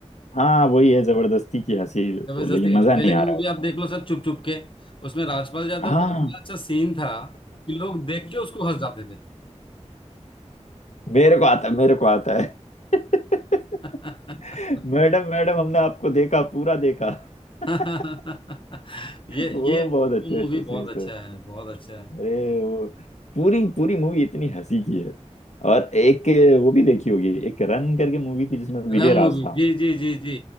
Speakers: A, on the left; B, on the left.
A: हाँ वही है जबरदस्ती की हंसी वो,
B: जबरदस्ती
A: लेकिन
B: करती
A: मजा
B: है। पहले
A: नहीं
B: की
A: आ
B: मूवी
A: रहा उसमें
B: आप देख लो सर चुप चुप के उसमें राजपाल यादव
A: हाँ
B: का इतना अच्छा सीन था कि लोग देख के उसको हंस जाते थे
A: मेरे को आता है मेरे को आता है <laughs>
B: <laughs>
A: मैडम मैडम हमने आपको देखा पूरा देखा <laughs>
B: <laughs> ये
A: वो
B: ये
A: बहुत अच्छे
B: मूवी
A: अच्छे सीन्स
B: बहुत अच्छा
A: थे
B: है बहुत अच्छा
A: अरे
B: है
A: वो पूरी पूरी मूवी इतनी हंसी की है और एक वो भी देखी होगी एक रन करके मूवी थी जिसमें विजय
B: Run movie
A: राज था
B: जी जी जी जी